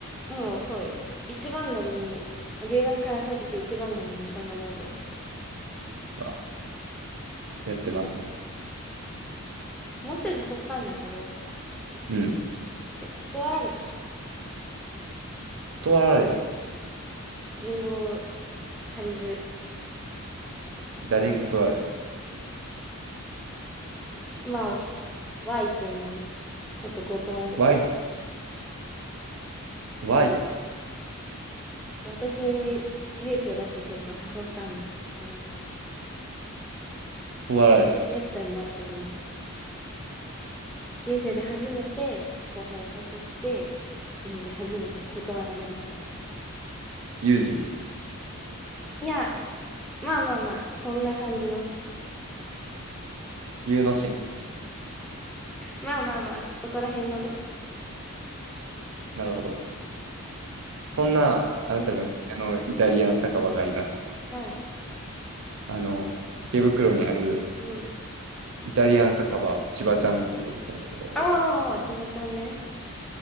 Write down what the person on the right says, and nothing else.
は、やってますね。
うん。
断られた。
誰に断られた
?Y、Y、
断られた。
友人、
友の心。
なるほど。そんな、あなたにおすすめのイタリアン酒場があります。
あの、池袋にある
イタリアン酒場千葉ちゃんっていうお店なんだけど、